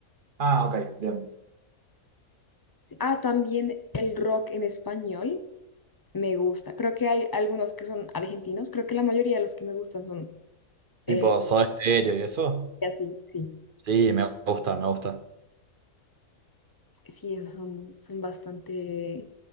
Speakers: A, on the right (about 55°); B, on the left (about 30°).
A: Ah, ok, bien.
B: Ah, también el rock en español me gusta. Creo que hay algunos que son argentinos. Creo que la mayoría de los que me gustan son
A: Tipo
B: eh,
A: Soda Stereo y eso.
B: así, sí.
A: Sí, me gusta, me gusta.
B: Sí, esos son, son bastante